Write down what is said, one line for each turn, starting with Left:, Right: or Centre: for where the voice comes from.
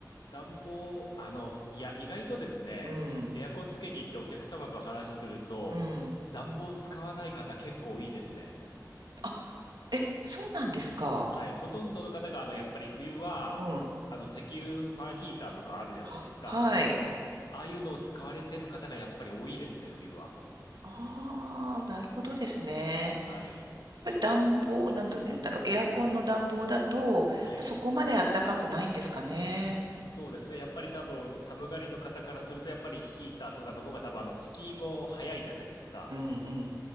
Left: 暖房、あの、いや、意外とですね、
Right: うん、
Left: エアコンつけに行ってお客様と話しすると、
Right: うん。
Left: 暖房使わない方結構いいですね。
Right: あ、え、そうなんですか。
Left: はい。ほとんどの方が、あの、やっぱり冬は、
Right: うん。
Left: あの、石油ファンヒーターとかあるじゃないですか。
Right: は、はい。
Left: ああいうのを使われてる方がやっぱり多いですね、冬は。
Right: ああ、なるほどですね。
Left: はい。
Right: やっぱり暖房、なんて言うんだろう、エアコンの暖房だと、やっぱそこまで暖かくないんですかね。
Left: はい。そうですね。やっぱり多分、寒がりの方からすると、やっぱりヒーターとかの方が多分、あの、効きも早いじゃないですか。
Right: うん、うん。